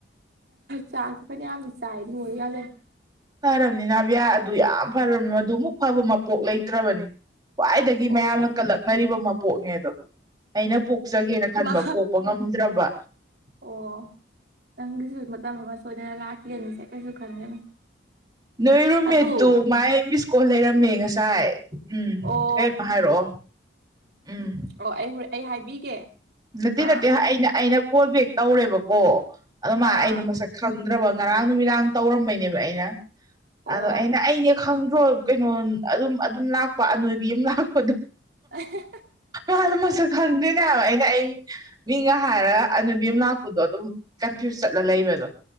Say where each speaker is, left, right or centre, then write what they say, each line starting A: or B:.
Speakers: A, on the right (about 55°); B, on the right (about 20°).
A: ꯆꯥꯡꯁꯨ ꯐꯅꯌꯥꯝꯅ ꯆꯥꯏ ꯅꯣꯏꯌꯨ ꯌꯥꯗꯦ
B: ꯐꯔꯝꯅꯤ ꯅꯥꯕꯤꯌꯥ ꯑꯗꯨ ꯌꯥꯝ ꯐꯔꯝꯅꯤ ꯃꯗꯨ ꯃꯨꯛ ꯐꯕ ꯃꯄꯣꯛ ꯂꯩꯇ꯭ꯔꯕꯅꯤ ꯈ꯭ꯋꯥꯏꯗꯒꯤ
A: ꯑꯣ
B: ꯃꯌꯥꯝꯅ ꯀꯜꯂꯛꯅꯔꯤꯕ ꯃꯄꯣꯛꯅꯦ ꯑꯗꯣ꯫ ꯑꯩꯅ ꯄꯣꯛꯆꯒꯦꯅ ꯈꯟꯕ
A: ꯃꯥ
B: ꯄꯣꯛꯄ ꯉꯝꯗ꯭ꯔꯕ꯫
A: ꯑꯣ ꯅꯪꯒꯤꯁꯨ ꯃꯇꯝ ꯑꯃ ꯁꯣꯏꯗꯅ ꯂꯥꯛꯈꯤꯒꯅꯤꯁꯦ ꯀꯩꯁꯨ ꯈꯟꯒꯅꯨ꯫
B: ꯅꯣꯏ ꯔꯨꯝꯃꯦꯠꯇꯨ
A: ꯑꯗꯨ
B: ꯃꯥꯏ ꯃꯤꯁꯀꯣꯜ ꯂꯩꯔꯝꯃꯦ ꯉꯁꯥꯏ꯫ ꯎꯝ
A: ꯑꯣ
B: ꯀꯩꯝ ꯍꯥꯏꯔꯛꯑꯣ ꯎꯝ꯫
A: ꯑꯣ ꯑꯩ ꯍꯣ ꯑꯩ ꯍꯥꯏꯕꯤꯒꯦ꯫
B: ꯅꯠꯇꯦ-ꯅꯠꯇꯦ
A: ꯃꯥ
B: ꯑꯩꯅ ꯑꯩꯅ ꯀꯣꯜ ꯕꯦꯛ ꯇꯧꯔꯦꯕꯀꯣ ꯑꯗꯨ ꯃꯥ
A: ꯑꯥ
B: ꯑꯩꯗꯣ ꯃꯁꯛ ꯈꯪꯗ꯭ꯔꯕ ꯉꯔꯥꯡ ꯅꯨꯃꯤꯗꯥꯡ ꯇꯧꯔꯝꯕꯩꯅꯦꯕ ꯑꯩꯅ
A: ꯑꯣ
B: ꯑꯗꯣ ꯑꯩꯅ ꯑꯩꯅꯦ ꯈꯪꯗ꯭ꯔꯣ ꯀꯩꯅꯣ ꯑꯗꯨꯝ ꯑꯗꯨꯝ ꯂꯥꯛꯄ ꯑꯅꯣꯏꯕꯤ ꯑꯃ ꯂꯥꯛꯄꯗꯣ꯫
A: <inaudible>
B: ꯃꯥꯖꯨ ꯃꯁꯛ ꯈꯪꯗꯅꯦ ꯍꯥꯏꯕ ꯑꯩꯅ꯫ ꯑꯩ ꯃꯤꯒ ꯍꯥꯏꯔꯒ ꯑꯅꯣꯏꯕꯤ ꯑꯃ ꯂꯥꯛꯄꯗꯣ ꯑꯗꯨꯝ ꯀꯟꯐ꯭ꯌꯨꯁ ꯆꯠꯂ ꯂꯩꯕꯗꯣ꯫